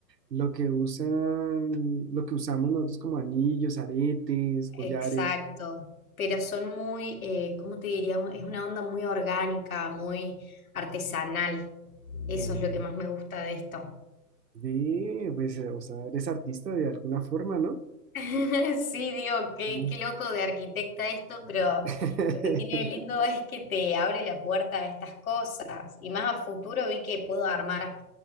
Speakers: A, on the right; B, on the left.
A: lo que usan, lo que usamos nosotros como anillos, aretes, collares.
B: Exacto, pero son muy, eh, ¿cómo te diría? Un- Es una onda muy orgánica, muy artesanal. Eso
A: Mm.
B: es lo que más me gusta de esto.
A: Ve, pues, eh, o sea, eres artista de alguna forma, ¿no?
B: <laughs> Sí, digo, qué,
A: Sí.
B: qué loco de arquitecta esto, pero
A: <laughs>
B: lo que tiene de lindo es que te abre la puerta a estas cosas. Y más a futuro vi que puedo armar